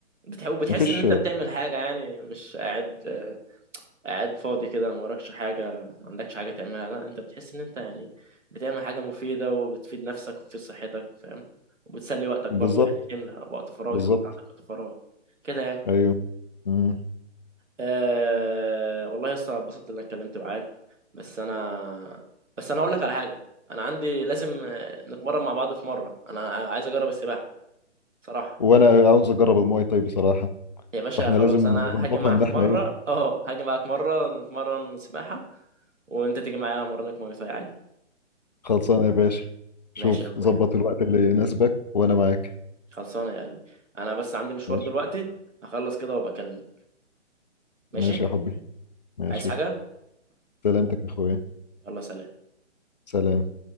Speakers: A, on the right; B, on the left.
A: بتح... بتحس
B: مفيش
A: ان انت بتعمل حاجه يعني مش قاعد آه، قاعد فاضي كده ما وراكش حاجه ما عندكش حاجه تعملها لا انت بتحس ان انت يعني بتعمل حاجه مفيده وبتفيد نفسك وبتفيد صحتك فاهم وبتسلي وقتك
B: بالظبط
A: برضو يعني تملى وقت فراغك
B: بالظبط
A: لو انت عندك وقت فراغ كده يعني
B: ايوه مم.
A: أه والله يا اسطى اتبسطت ان انا اتكلمت معاك بس انا بس انا هقول لك على حاجه انا عندي لازم آه، نتمرن مع بعض في مره انا عايز اجرب السباحه صراحه
B: وانا عاوز اجرب الماي طيب بصراحه
A: يا باشا
B: فاحنا
A: خلاص
B: لازم
A: انا
B: نظبطها
A: هاجي معاك
B: ان احنا
A: مره
B: ايه
A: <laughs> اه هاجي معاك مره نتمرن سباحه وانت تيجي معايا امرنك مواي فاي عادي
B: خلصانه يا باشا شوف
A: ماشي يا اخويا
B: ظبط الوقت اللي يناسبك وانا معاك
A: خلصانه يا قلبي انا بس عندي مشوار
B: ماشي
A: دلوقتي هخلص كده وبكلمك ماشي
B: ماشي يا حبي ماشي
A: عايز حاجه
B: سلامتك يا اخويا
A: يلا سلام
B: سلام